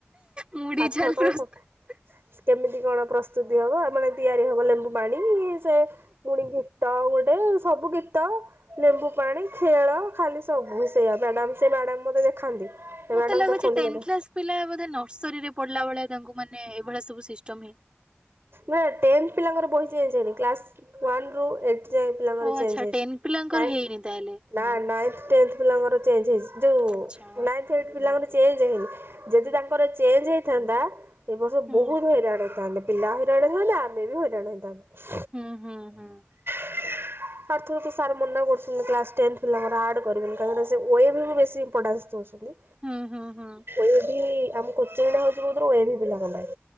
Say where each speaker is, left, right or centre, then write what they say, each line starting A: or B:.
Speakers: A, on the right; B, on the right.
A: ମୁଢି
B: ପାଠ
A: ଝାଲ ପ୍ରସ୍ତୁତ
B: କମ୍ ସାଠ। କେମିତି କଣ ପ୍ରସ୍ତୁତି ହବ ମାନେ ତିଆରି ହବ ଲେମ୍ବୁ ପାଣି ସେ। ପୁଣି ଗୀତ ଗୋଟେ ସବୁ ଗୀତ। ଲେମ୍ବୁ ପାଣି ଖେଳ ଖାଲି ସବୁ ସେଇଆ ମ୍ୟାଡ଼ାମ୍ ସେ ମାଡ଼ାମ୍ ମୋତେ ଦେଖାନ୍ତି। ମ୍ୟାଡାମ
A: ମତେ ଲାଗୁଛି
B: ଦେଖନ୍ତୁ
A: ଟେନ
B: ମୋତେ
A: କ୍ଲାସ୍ ପିଲା ବୋଧେ ନର୍ସରୀରେ ପଢିଲା ଭଳିଆ ତାଙ୍କୁ ମାନେ ଏଇଭଳିଆ ସବୁ ସିଷ୍ଟମ୍ ହେ
B: ନା ଟେନଥ୍ ପିଲାଙ୍କର ବହି ଚେଞ୍ଚେ ହେଇନି କ୍ଲାସ୍ ୱାନ୍ ରୁ ଏଇଟ୍ ଯାଏ ପିଲାଙ୍କର
A: ଓ
B: ଚେଞ୍ଚେ
A: ଆଚ୍ଛା
B: ହେଇଛି
A: ଟେନ୍ ପିଲାଙ୍କର
B: ନାଇଁ
A: ହେଇନି ତାହେଲେ
B: ନା ନାଇଁଥ୍ ଟେନଥ୍ ପିଲାଙ୍କର ଚେଞ୍ଚେ ହେଇଚି ଯୋଉ
A: ଆଚ୍ଛା
B: ନାଇଁଥ୍ ଏଇଟ୍ ପିଲାମାନେ। ଚେଞ୍ଜେ ହେଇନି ଯଦି ତାଙ୍କର ଚେଞ୍ଜ୍ ହେଇଥାନ୍ତା ଏ ବର୍ଷ
A: ହଁ।
B: ବହୁତ୍ ହଇ ହେଇଥାନ୍ତେ ପିଲା ହଇରାଣ ହେବା ଆମେ ବି ହଇରାଣ ହେଇଥାନ୍ତେ।
A: ହୁଁ ହୁଁ ହୁଁ।
B: <inaudible> ଆର୍ଥରକ ସାର୍ ମନା କରୁଥିଲେ କ୍ଲାସ୍ ଟେନ୍ଥ ପିଲାଙ୍କର ଆଡ୍ କରିବେନି କାହିଁକିନା ସେ ଓ ଏ ଭି କୁ ବେଶୀ ଇମ୍ପୋଟାନ୍ସ ଦଉ ବୋଲି
A: ହୁଁ ହୁଁ ହୁଁ
B: ଓ ଏ ଭି ଆମ କୋଚିଂ ଟା ହଉଛି ପ୍ରକୁତରେ ଓ ଏ ଭି ପିଲାଙ୍କ ପାଇଁ।